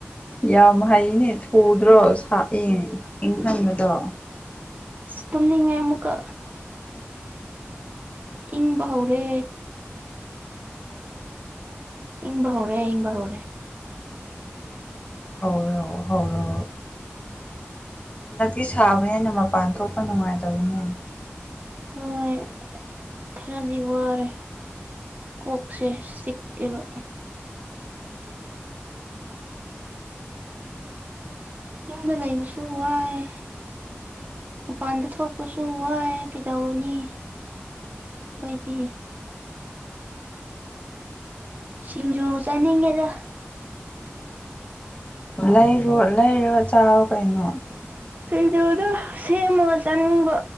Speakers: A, on the left; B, on the right.
A: ꯌꯥꯝ ꯍꯩꯅꯦ ꯊꯨꯗ꯭ꯔꯣ ꯁꯥ ꯢꯪ ꯏꯪꯍꯟꯕꯗꯣ
B: ꯇꯨꯝꯅꯤꯡꯉꯦ ꯑꯃꯨꯛꯀ ꯏꯪꯕ ꯍꯧꯔꯦ ꯏꯪꯕ ꯍꯧꯔꯦ ꯏꯪꯕ ꯍꯧꯔꯦ
A: ꯍꯧꯔꯣ ꯍꯧꯔꯣ ꯍꯟꯗꯛꯇꯤ ꯁꯥꯕꯅꯤꯅ ꯃꯄꯥꯟ ꯊꯣꯛꯄ ꯅꯨꯡꯉꯥꯏꯇꯕꯅꯦ
B: ꯍꯣꯢ ꯈꯔꯗꯤ ꯋꯥꯔꯦ ꯀꯣꯛꯁꯦ ꯆꯤꯛ ꯑꯦꯕ ꯏꯨꯝꯗ ꯂꯩꯕꯁꯨ ꯋꯥꯏꯌꯦ ꯃꯄꯥꯟꯗ ꯊꯣꯛꯄꯁꯨ ꯋꯥꯏ ꯀꯩꯗꯧꯔꯨꯅꯤ ꯑꯣꯗꯣꯢꯗꯤ ꯁꯤꯡꯖꯨ ꯆꯥꯅꯤꯡꯉꯦꯗ
A: ꯂꯩꯔꯣ ꯂꯩꯔꯒ ꯆꯥꯎ ꯀꯩꯅꯣ
B: <unintelligible> ꯁꯦꯝꯃꯒ ꯆꯅꯤꯡꯕ